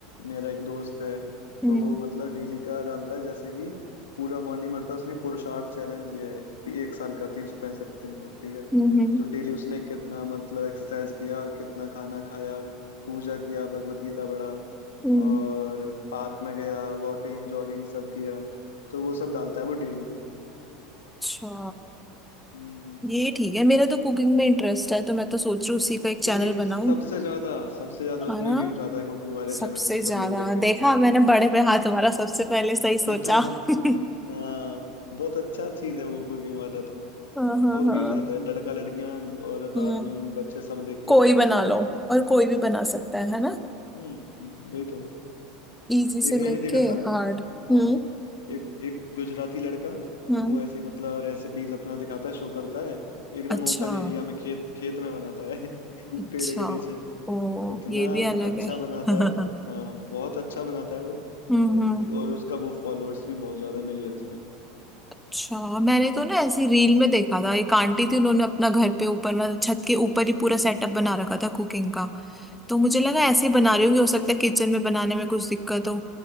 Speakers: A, on the left; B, in the centre.
A: मेरा एक दोस्त है
B: हम्म
A: तो वो मतलब डेली का डालता है जैसे कि पूरा मॉर्निंग में उठता है उसने पुरुषार्थ चैलेंज लिया है ती- एक साल का तीन सौ पैंसठ दिन का ठीक है
B: हम्म हम्म
A: तो डेली उसने कितना मतलब एक्सरसाइज किया कितना खाना खाया पूजा किया भगवत गीता पढ़ा
B: हम्म।
A: और पार्क में गया वॉकिंग जॉगिंग सब किया तो वो सब डालता है वो डेली
B: अच्छा
A: हम्म
B: ये ठीक है मेरा तो कुकिंग में इंटरेस्ट है तो मैं तो सोच रही हूँ उसी का एक चैनल
A: कुकिंग
B: बनाऊं
A: सबसे ज्यादा सबसे ज्यादा उसमें
B: है ना
A: व्यूज आता है कुकिंग वाले
B: सबसे
A: चैनल में सब
B: ज्यादा
A: लोग देखते हैं
B: देखा
A: उसको
B: मैंने बड़े पे हाथ हमारा सबसे पहले सही
A: <laughs>
B: सोचा <laughs>
A: हाँ बहुत अच्छा चीज है वो कुकिंग वाला तो
B: हाँ हाँ
A: बहुत
B: हाँ
A: व्यूज आता है लड़का लड़कियां औरत
B: हम्म,
A: आदमी बच्चे सब देखते
B: कोई
A: हैं उसको
B: बना
A: कुकिंग
B: लो
A: को
B: और कोई भी बना सकता है है ना
A: हम्म वही तो
B: इजी
A: एक
B: से
A: मैंने
B: लेके
A: देखा था
B: हार्ड
A: हाँ
B: हम्म
A: एक एक गुजराती लड़का
B: हम्म
A: वो ऐसे ही मतलब रेसिपीज अपना दिखाता है शो करता है एकदम
B: अच्छा
A: ओपन एरिया में खेत खेत में बनाता है <laughs>
B: अच्छा
A: पेड़ के नीचे
B: ओ
A: इतना
B: ये भी अलग
A: अच्छा
B: है <laughs>
A: बनाता
B: हम्म
A: है हाँ बहुत अच्छा बनाता है वो
B: हम्म
A: और और उसका वो फॉलोअर्स भी बहुत ज्यादा मिलियंस में
B: अच्छा मैंने तो ना ऐसी रील में देखा था एक आंटी थी उन्होंने अपना घर पे ऊपर मतलब छत के ऊपर ही पूरा सेटअप बना रखा था कुकिंग का तो मुझे लगा
A: हम्म
B: ऐसे ही बना रही होंगी हो सकता है किचन में बनाने में कुछ दिक्कत हो